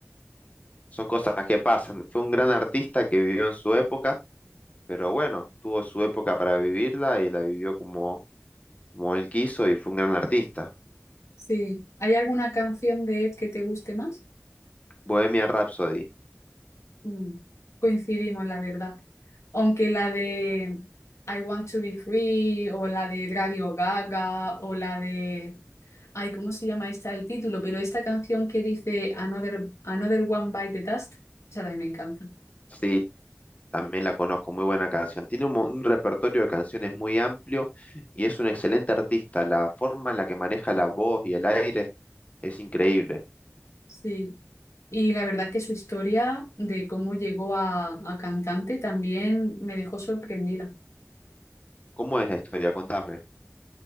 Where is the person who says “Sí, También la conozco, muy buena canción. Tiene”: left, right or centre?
Left